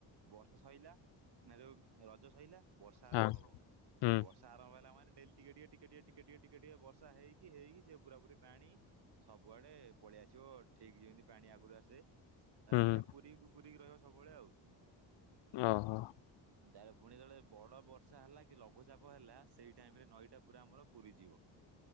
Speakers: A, on the right; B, on the left.
A: ବର୍ଷ ସଇଲା ନା ଯୋଉ ରଜ ସଇଲା ବର୍ଷା ଆରମ୍ଭ
B: ହଁ
A: ହବ
B: ହୁଁ
A: ବର୍ଷ ତା ଆରମ୍ଭ ହେଲା ମାନେ ଡ଼େଲି ଟିକେ ଟିକେ ଟିକେ ଟିକେ ଟିକେ ଟିକେ ଟିକେ ଟିକେ ବର୍ଷା ହେଇକି ହେଇକି ସେ ପୁରା ପୁରି ପାଣି ସବୁଆଡ଼େ ପଳେଇ ଆସିବ ଠିକି ଯେମିତି ପାଣି ଆଗରୁ ଆସେ।
B: ହୁଁ
A: ଏ ନଈଟା ପୁରିକୁ ପୁରିକି ରହିବ ସବୁବଳେ ଆଉ।
B: ଓହୋ।
A: ତାହେଲେ ଫୁଣି ଯେତବଳେ ବଡ଼ ବର୍ଷା ହେଲା କି ଲଘୁଚାପ ହେଲା ସେଇ ଟାଇମରେ ନଈଟା ପୁରା ଆମର ପୁରିଯିବ।